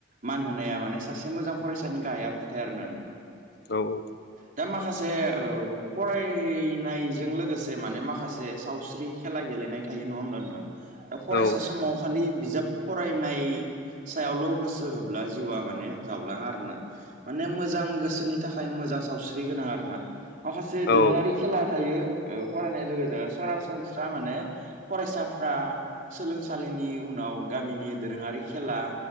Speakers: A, on the right; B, on the left.
A: मान होनाया माने सासे मोजां फरायसानि गाहायाव खुथाय आरो ना
B: औ औ
A: दा माखासे फरायनायजों लोगोसे माने माखासे सावस्रि खेला गेलेनाय थायो नङा होमब्लाांदां दा फरायसा
B: औ
A: समाव खालि बिजाब फरायनाय सायावल' गोसो होब्ला जिउआ माने जावलाङा आरो ना माने मोजां गोसोनि थाखाय मोजां सावस्रि गोनां आरो ना माखासे
B: औ
A: दोरोङारि खेला थायो फरायनाय लोगोजों सरासनस्रा माने फरायसाफ्रा सोलोंसालिनि उनाव गामिनि दोरोङारि खेला